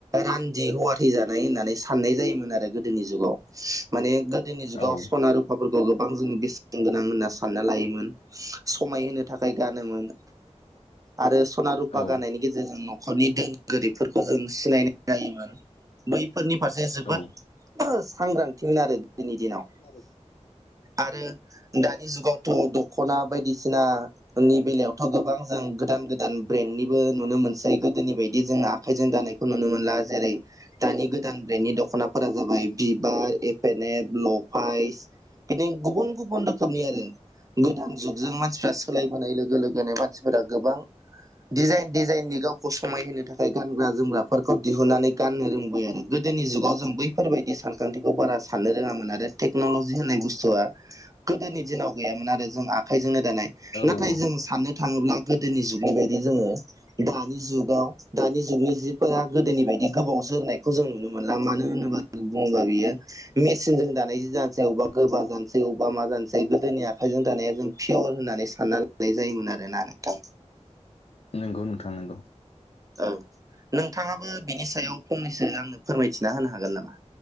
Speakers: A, on the right (about 30°); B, on the left (about 60°).
A: रान्दि हौवा थैजानाय होननानै साननाय जायोमोन आरो गोदोनि जुगाव माने गोदोनि जुगाव
B: औ
A: सना रुफाफोरखौ गोबां जोङो बेसेन गोनां होनना सानना लायोमोन समाय होनोनो थाखाय गानोमोन आरो सनारु खफा
B: औ
A: गानायनि गेजेरजों न'खरनि दों गोरिबफोरखौ जों सिनाय जायोमोन बैफोरनि फारसे जोबोद
B: औ
A: सांग्रांथिमोन आरो गोदोनि दिनाव
B: आरो
A: आरो दानि जुगावथ' दख'ना बायदिसिनानि बेलायावथ' गोबां जों गोदान गोदान ब्रेन्ड निबो नुनो मोनसै गोदोनि बायदि जों आखाइजों दानायखौ नुनो मोनला जेरै दानि गोदान ब्रेन्डनि दख'नाफोरा जाबाय बिबार एफ एन एफ लफाइस बिदि गुबुन गुबुन रोखोमनि आरो गोदान जुगजों मानसिफ्रा सोलायबोनाय लोगो लोगोनो मानसिफोरा गोबां डिजाइन डिजाइननि गावखौ समायहोनो थाखाय गानग्रा जोमग्राफोरखौ दिहुननानै गाननो रोंबाय आरो गोदोनि जुगाव जों बैफोरबायदि सानखान्थिखौ बारा साननो रोङामोन आरो टेक्न'लजि होननाय बुस्थुआ गोदोनि दिनाव गैयामोन आरो जों आ आखाइजोंनो दानाय
B: औ
A: नाथाय जों साननो थाङोब्ला गोदोनि जुगनि बायदि जोङो दानि जुगाव दानि जुगनि जिफोरा गोदोनि बायदि गोबाव जोरनायखौ जों नुनो मोनला मानो होनोबा गंगा बियो मेसिनजों दानाय जि जानोसै अबेबा गोबा जानोसै अबेबा मा जानोसै गोदोनि आखाइजों दानाया जों पियर होननानै सानना लानाय जायोमोन आरोना नोंथां।
B: गुबुन खांनांगौ
A: औ नोंथाङाबो बिनि सायाव फंनैसो आंनो फोरमायथिना होनो हागोन नामा?